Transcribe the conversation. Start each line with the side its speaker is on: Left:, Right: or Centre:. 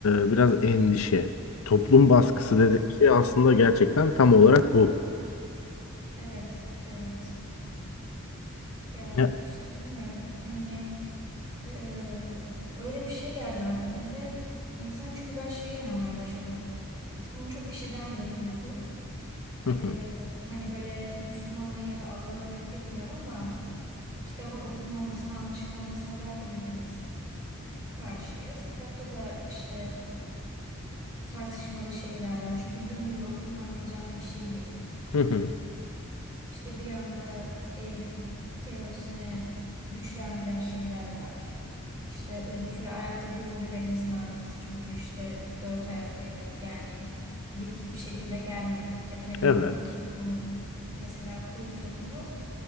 Left: e, biraz endişe. Toplum baskısı
Right: hı hı.
Left: dediğim şey aslında gerçekten tam olarak bu.
Right: Evet, evet. Ya
Left: Ya.
Right: işte bilmiyorum. Hani eee, öyle bir şey geldi aklıma ve insan çünkü ben şeye inanmaya başladım. Bunu çok kişiden de duydum.
Left: Hı
Right: Eee,
Left: hı.
Right: hani böyle Müslümanlığı ya da Allah'ı reddetmiyorum ama kitabın okunmamasına, anlaşılmamasına zaten hepimiz karşıyız. Kitapta da işte tartışmalı şeyler var. Çünkü dümdüz okuyup anlayacağım bir şey değil.
Left: Hı hı.
Right: İşte bir anda evrim teorisini güçlendiren şeyler var. İşte uzun süre ayakta durunca belimizin ağrıması. Çünkü işte dört ayaklıydık. Yani dik bir şekilde gelmedik. Ya da ne bileyim
Left: Evet.
Right: kuyruk sokumu. Mesela kuyruk sokumu